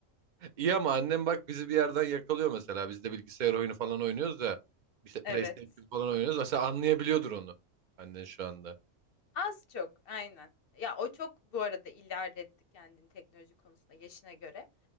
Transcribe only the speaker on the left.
Evet.
Az çok aynen. Ya o çok bu arada ilerletti kendini teknoloji konusunda yaşına göre.